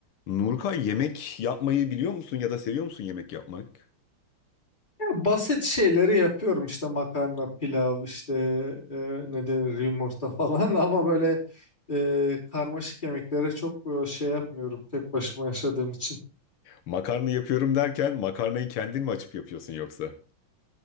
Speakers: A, on the left (about 80°); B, on the left (about 20°).
A: Nurkay yemek yapmayı biliyor musun ya da seviyor musun yemek yapmak?
B: Basit şeyleri yapıyorum işte makarna, pilav, işte e, ne denir yumurta falan <laughs> ama böyle e, karmaşık yemeklere çok e, şey yapmıyorum tek başıma yaşadığım için.
A: Makarna yapıyorum derken makarnayı kendin mi açıp yapıyorsun yoksa?